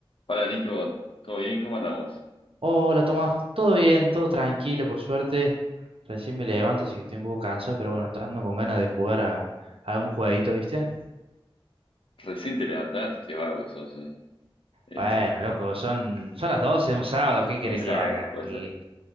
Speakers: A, on the left; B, on the right.
A: Hola Nico, ¿todo bien? ¿Cómo andamos?
B: Hola Tomás, todo bien, todo tranquilo, por suerte. Recién me levanto, así que estoy un poco cansado, pero bueno, estoy andando con ganas de jugar a, a un jueguito, ¿viste?
A: Recién te levantás, qué vago que sos, ¿eh? Eh,
B: Bueno, loco, son, son las 12, de un sábado, ¿qué quiere
A: un sábado,
B: que haga?
A: puede
B: Y
A: ser.